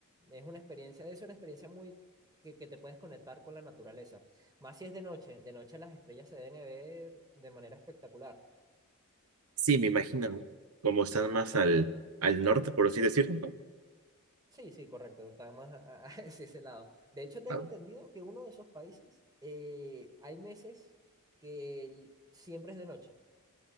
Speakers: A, on the right; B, on the right.
A: es una experiencia, es una experiencia muy... Que, que te puedes conectar con la naturaleza. Más si es de noche. De noche las estrellas se deben ver de manera espectacular.
B: sí, me imagino, ¿no? Como están más al, al norte, por así decirlo, ¿no?
A: Sí, sí, correcto, está más a, a- <laughs> hacia ese lado. De hecho, tengo
B: Ah,
A: entendido que uno de esos países eh, hay meses que el- siempre es de noche.